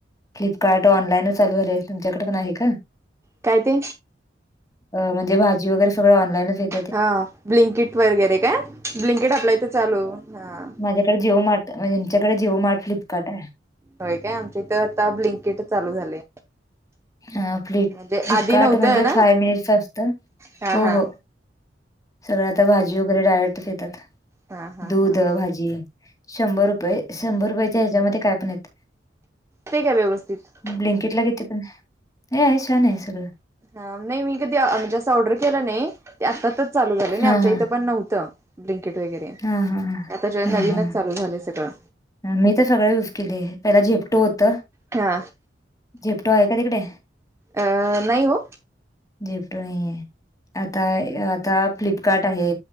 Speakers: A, on the left; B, on the right.
A: फ्लिपकार्ट ऑनलाईनच चालू झालं तुमच्याकड पण आहे का?
B: काय ते
A: अ म्हणजे भाजी वगैरे सगळं ऑनलाईन येत.
B: हा ब्लिंकीट वगैरे का ब्लिंकिट आपल्या हितं चालू. हा
A: माझ्याकड जिओ मार्ट म्हणजे तुमच्याकड जिओ मार्ट फ्लिपकार्ट आय.
B: होय काय आमची हितं आता ब्लिंकीट चालू झालंय.
A: अ फ्लिप-फ्लिपकार्ट
B: म्हणजे आधी नव्हतं
A: म्हणजे
B: ना
A: फाय मिनिट असतं
B: हा
A: हो
B: हा
A: हो सगळं आता भाजी वगैरे डायरेक्ट भेतात
B: हा हा
A: दूध
B: हा
A: भाजी शंभर रुपये शंभर रुपयच्या हेज्यामध्ये काय पण येतं.
B: ते काय व्यवस्थित.
A: ब्लिंकीट ला किती पण छान आहे सगळं
B: आ नाय मी कधी म्हणजे असं ऑर्डर केलं नाही ते आत्तातातच चालू झालंय आणि
A: हा
B: आमच्या
A: हा
B: इथं पण नव्हतं. ब्लिंकीट वगैरे
A: हा हा
B: आता नवीनच
A: हा हा
B: चालू झालंय सगळं
A: मी तर सगळं यूज केलंय पहिला झेप्टो होत.
B: हा.
A: झेप्टो आहे का तिकडे?
B: अ नाही ओ.
A: झेप्टो नायिये आता आता फ्लिपकार्ट आहे.